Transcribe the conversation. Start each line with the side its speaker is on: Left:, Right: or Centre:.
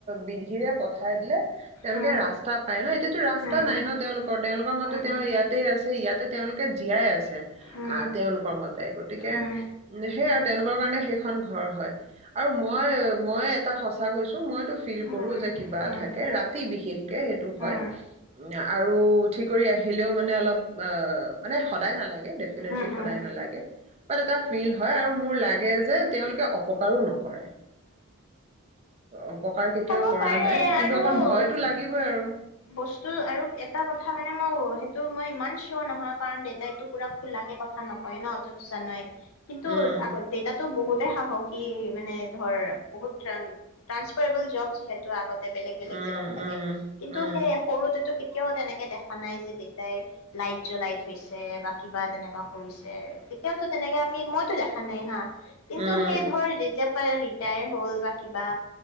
Right: বিধিৰে পঠাই দিলে। তেওঁলোকে
Left: উম
Right: ৰাস্তা পায় ন এতিয়াতো ৰাস্তা
Left: উম
Right: নাই ন তেওঁলোকৰ তেওঁলোকৰ মতে
Left: উম
Right: তেওঁ ইয়াতে আছে ইয়াতে তেওঁলোকে জীয়াই আছে
Left: উম উম
Right: আহ তেওঁলোকৰ মতে। গতিকে
Left: উম উম উম উম
Right: উ সেইয় আৰু তেওঁল কাৰণে সেইখন ঘৰ হয়। আৰু মই মই তা সঁচা কৈছোঁ মইটো ফিল
Left: উম
Right: কৰোঁ যে কিবা থাকে ৰাতি বিশষকে হেতু হয়
Left: উম উম উম উম
Right: আৰু উঠি কৰি আহলেও মানে অলপ মানে সদাই নালাগে। ডেফিনেটলি
Left: উম উম উম
Right: সদায়
Left: উম
Right: নালাগে ব এটা ফিল হয় আৰু মোৰ লাগে যে তেওঁলোকে অপকাৰো নকৰে। অপকাৰ কেতিয়াও
Left: হ'ব
Right: কৰা
Left: পাৰে
Right: নাই কিন্তু
Left: আৰু
Right: অকণ ভয়তটো লাগিবই আৰু।
Left: বস্তু আৰু এটা কথা মানে মই সেইটো মই ইমান চিয়ৰ নহয় কাৰণ দেউতা এইটো পুৰা খোলাকে কথা নকয় ন ত জানেই। কিন্তু
Right: উম
Left: আগ দেতাতো বহুত সাহসী মানে ধৰ বহুত ট্ৰাসফাৰবল জব যিহেতু আগত বেলেগ বেলেগ
Right: উম
Left: জেগাত থাকে
Right: উম
Left: কিন্তু
Right: উম
Left: স সৰুতে কেতিয়াও তেনেকে দেখা নাই যে দেউেতাই লাইট জ্বলাই থৈছে বা কিবা তেনেকুৱা। কৰি তেতিয়াও তেনেকে আমি মইতো দেখা আনে হা কিন্তু
Right: উম উম
Left: সেই ধৰ যেতিয়া ৰিটায়াৰ হ'ল বা কিবা